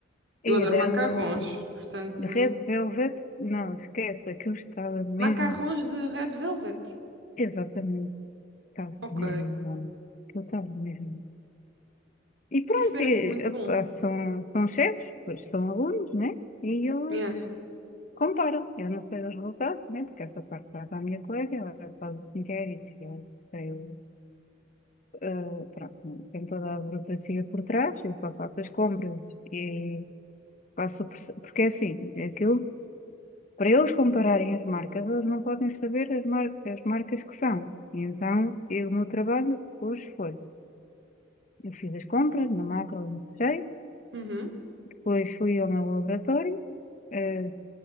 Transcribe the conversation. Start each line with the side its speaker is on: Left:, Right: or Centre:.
Left: e
Right: Eu adoro
Left: deram
Right: macarrons, portanto.
Left: um Red Velvet, não, esquece, aquilo estava mesmo
Right: Macarrons de Red Velvet.
Left: exatamente. Estava
Right: Ok.
Left: mesmo bom. Aquilo estava mesmo. E pronto,
Right: Isso parece
Left: e,
Right: muito
Left: epá,
Right: bom.
Left: são, são chefes, pois são alunos, né? E eles
Right: Yeah.
Left: comparam. Eu não sei os resultados, né? Porque essa parte vai para a minha colega, ela faz os inquéritos, e ela tem, o- ah, pronto, tem toda a burocracia por trás, eu só faço as compras e faço. o proce- Porque é assim, é aquilo, para eles compararem as marcas, eles não podem saber as marcas, as marcas que são. E então, eu- o meu trabalho hoje foi. Eu fiz as compras na macro e no recheio.
Right: Uhum.
Left: Depois fui ao meu laboratório, eh,